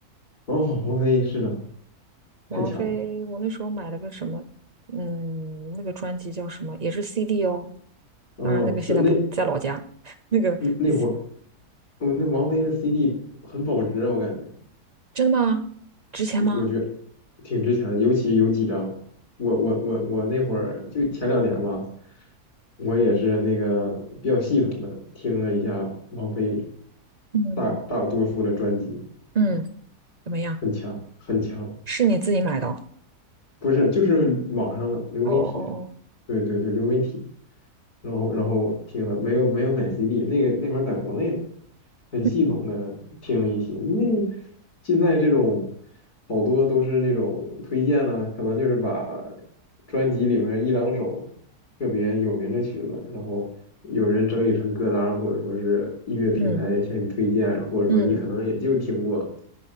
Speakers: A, on the left; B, on the right.
A: 哦，王菲是的，
B: 王菲，
A: 太强了。
B: 我那时候买了个什么，嗯，那个专辑叫什么，也是 CD 哦。
A: 哦，
B: 当然，那个现在不在老家，
A: 是那
B: <laughs> 那个
A: 那那会儿，
B: C
A: 哦，那王菲的 CD 很保值啊，我感觉。
B: 真的吗？值钱吗？
A: 我我觉得挺值钱的，尤其有几张，我我我我那会儿就前两年吧，我也是那个比较系统的听了一下王菲
B: 嗯
A: 大大多数的专辑，
B: 嗯，怎么样？
A: 很强很强。
B: 是你自己买的哦？
A: 不是，就是网上的流媒体上，
B: 哦哦哦，
A: 对对对，流媒体，然后然后听了，没有没有买 CD，那个那会儿在国内嘛，很系统的听了一些，
B: 嗯
A: 因为现在这种好多都是那种推荐呢、可能就是把专辑里面一两首特别有名的曲子，然后有人整理成歌单或者说是音乐平台向你推荐，
B: 嗯
A: 或者说你可能也就听过
B: 嗯